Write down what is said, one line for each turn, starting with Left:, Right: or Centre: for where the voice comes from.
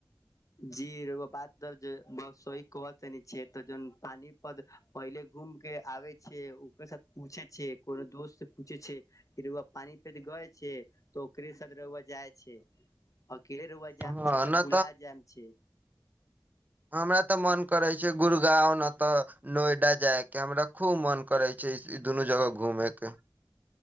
Left: जी बात त स कह छै त जन पानी प पहिले घूम के आबे छै ओकरे साथ पूछे छै कोनो दोस्त से पूछे छैआ पानी प गए छै तऽ ओकरे साथ जाइ छै। केर व जयाम
Right: हँ
Left: छै तऽ
Right: नहि
Left: भुला जायम। <inaudible>
Right: हमरा तऽ मन करै छै गुड़गाँव नहि तऽ नोएडा जायके हमरा खूब मोन करै छै ई दुनू जगह घूमयके।